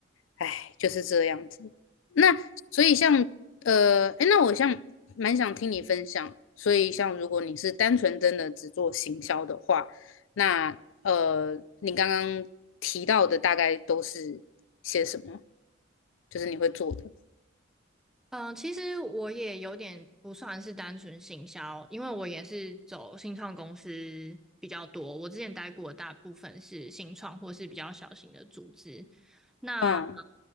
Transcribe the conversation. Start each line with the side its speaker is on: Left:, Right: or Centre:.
Left: 哎，就是这样子。那所以像呃，哎，那我像蛮想听你分享。所以像如果你是单纯真的只做行销的话，那呃，你刚刚提到的大概都是些什么？就是你会做的。
Centre: 嗯，其实我也有点不算是单纯行销，因为我也是走新创公司比较多。我之前待过的大部分是新创或是比较小型的组织。那
Left: 嗯